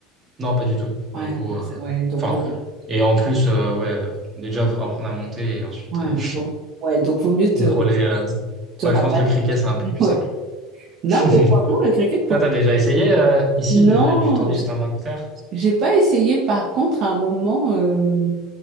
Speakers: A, on the right; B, on the right.
A: Non, pas du tout, pour
B: Ouais,
A: le coup.
B: bah,
A: euh,
B: ça- ouais, donc
A: Enfin,
B: bon,
A: et en plus, euh, ouais, euh, déjà, faut apprendre à monter et ensuite
B: ouais,
A: euh,
B: donc, ouais, donc vaut
A: <laughs>
B: mieux te,
A: contrôler. euh,
B: te
A: Ouais,
B: rabattre
A: je pense que le cricket,
B: sur le
A: c'est un
B: cricket.
A: peu plus
B: <laughs> ouais.
A: simple.
B: Non,
A: <laughs>
B: mais franchement, le cricket, pourquoi?
A: Toi, t'as déjà essayé euh, ici
B: Non,
A: du, du temps
B: j-
A: que t'étais en Angleterre?
B: j'ai pas essayé. Par contre, à un moment, euh,